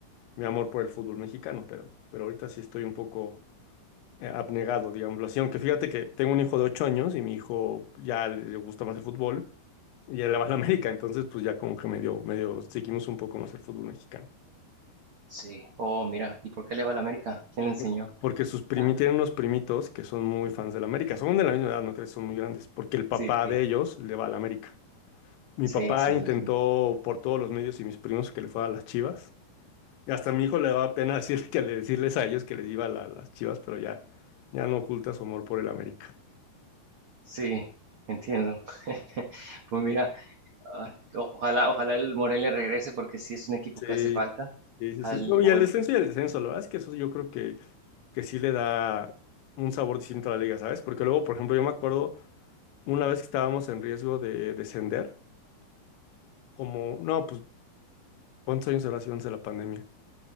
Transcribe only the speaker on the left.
mi amor por el fútbol mexicano, pero, pero ahorita sí estoy un poco eh, abnegado, digámoslo así. Aunque fíjate que tengo un hijo de ocho años y mi hijo ya le le gusta más el fútbol. Y él le va a la América, entonces pues ya como que medio, medio seguimos un poco más el fútbol mexicano.
Por- Porque sus primi
tienen unos primitos que son muy fans del América. Son de la misma edad, no crees, son muy grandes. Porque el papá
de ellos le va al América. Mi
papá
intentó por todos los medios y mis primos que le fuera a las Chivas. Y hasta a mi hijo le daba pena <laughs> decir que le- decirles a ellos que les iba a la- las Chivas, pero ya, ya no oculta su amor por el América.
Sí,
sí, sí,
sí. No,
y el
descenso y el descenso, la verdad es que eso yo creo que, que sí le da un sabor distinto a la liga, ¿sabes? Porque luego, por ejemplo, yo me acuerdo una vez que estábamos en riesgo de descender, como, no, pues ¿Cuántos años habrá sido antes de la pandemia?